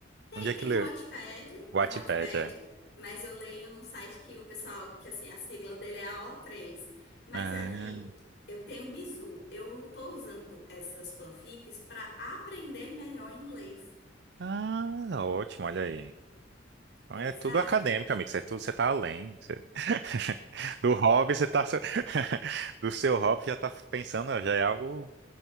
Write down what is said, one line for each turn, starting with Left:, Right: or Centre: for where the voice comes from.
Left: Tem,
Right: Onde é
Left: tem
Right: que lê?
Left: o Wattpad,
Right: Wattpad,
Left: tem o Wattpad,
Right: é.
Left: mas eu leio num site que o pessoal, que assim, a sigla dele é AO3. Mas
Right: Ah,
Left: aí, eu tenho um bizu, eu tô usando essas fanfics para aprender melhor inglês.
Right: Ah, ótimo, olha aí. Então
Left: Exato.
Right: é tudo acadêmico, amigo. Você, é tudo, você tá além. Você- <laughs> Do hobby, você tá. <laughs> Do seu hobby já tá pensando, ó, já é algo.